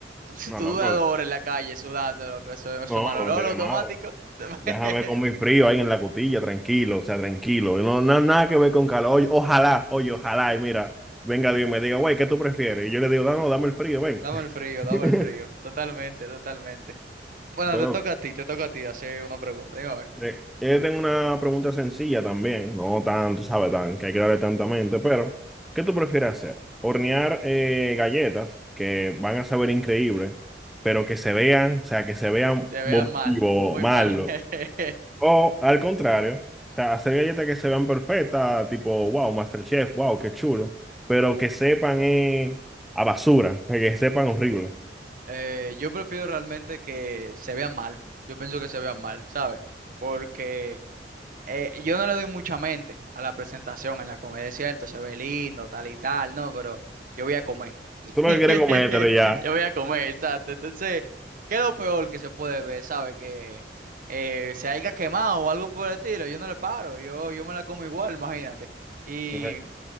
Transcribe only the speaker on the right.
<laughs> si
tú
duras dos horas en la calle sudando, loco, eso, eso
es mal olor
automático.
<laughs>
Dame el frío,
dame el frío. Totalmente, totalmente. Bueno,
te toca a ti, te toca a ti hacer una pregunta. Dime a ver.
Se vean
mal, muy
mal. <laughs>
Eh, yo prefiero realmente que se vean mal. Yo pienso que se vean mal, ¿sabes? Porque eh, yo no le doy mucha mente a la presentación en la comedia, es ¿cierto? Se ve lindo, tal y tal, ¿no? Pero yo voy a comer.
<laughs>
Yo voy a comer, exacto. Entonces, ¿qué es lo peor que se puede ver? ¿Sabe? Que eh, se haya quemado o algo por el estilo. Yo no le paro, yo, yo me la como igual, imagínate. Y